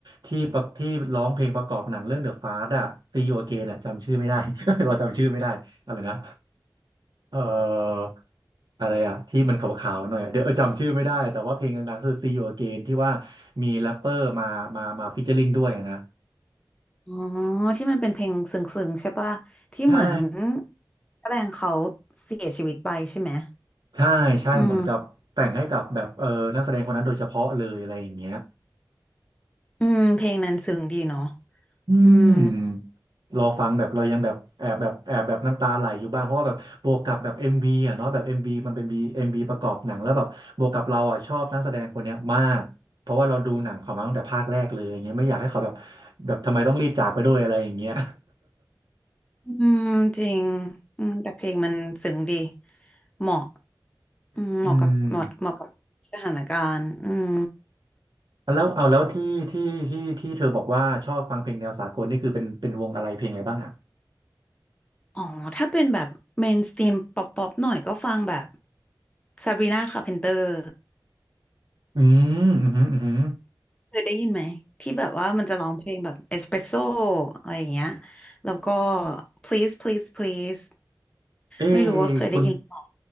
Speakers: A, on the right (about 70°); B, on the left (about 15°).
A: ที่ประที่ร้องเพลงประกอบหนังเรื่องเดอะฟา t อะซีโอเกนอะจำชื่อไม่ได้ <laughs> เราจำชื่อไม่ได้อะไรนะเอ่ออะไรอะที่มันขาวๆหน่อยอะเดี๋ยวเออจำชื่อไม่ได้แต่ว่าเพลงดังๆคือ See You Again ที่ว่ามีแรปเปอร์มามามาฟีเจอริงด้วยอะนะ
B: อ๋อที่มันเป็นเพลงซึ้งๆใช่ปะที่เหมือน
A: ใช่
B: แสดงเขาเสียชีวิตไปใช่ไหม
A: ใช่ใช่เหมือนกับแต่งให้กับแบบเออนักแสดงคนนั้นโดยเฉพาะเลยอะไรอย่างเงี้ย
B: อืมอืมเพลงนั้นซึ้งดีเนาะ
A: อืมรอฟังแบบเรายังแบบแอบแบบแอบแบบน้ำตาไหลอยู่บ้างเพราะว่าแบบบวกกับแบบเอ็มวีอ่ะเนาะแบบเอ็มวีมันเป็นบีเอ็มวีประกอบหนังแล้วแบบบวกกับเราอ่ะชอบนักแสดงคนเนี้ยมากเพราะว่าเราดูหนังเขามาตั้งแต่ภาคแรกเลยอย่างเงี้ยไม่อยากให้เขาแบบ
B: อืม
A: แบบทำไมต้องรีบจากไปด้วยอะไรอย่างเงี้ย
B: อืมจริงอืมแต่เพลงมันซึ้งดีเหมาะอืมเหมาะกับเหมาะเหมาะกับสถานการณ์อืม
A: <laughs> อืมแล้วเอาแล้วที่ที่ที่ที่เธอบอกว่าชอบฟังเพลงแนวสากลนี่คือเป็นเป็นวงอะไรเพลงอะไรบ้างอ่ะ
B: อ๋อถ้าเป็นแบบเมนสตรีมป๊อปป๊อปหน่อยก็ฟังแบบซาบรีนาคาร์เพนเตอร์
A: อืมอืมอืม
B: เคยได้ยินไหมที่แบบว่ามันจะร้องเพลงแบบเอสเปรสโซอะไรอย่างเงี้ยแล้วก็ please please please
A: เอ้
B: ไม่รู้ว่าเคยได้ยินหรือเปล่า
A: คุณ